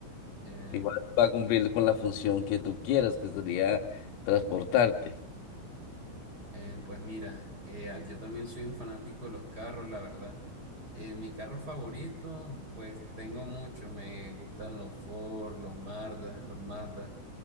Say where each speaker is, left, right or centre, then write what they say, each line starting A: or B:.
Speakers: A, on the right; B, on the left.
A: Eh,
B: Igual va a cumplir con la función que tú quieras, que sería transportarte.
A: eh, pues mira, eh, ah, yo también soy un fanático de los carros, la verdad. Eh, mi carro favorito, pues tengo muchos. Me gustan los Ford, los Mazda, los Mazda.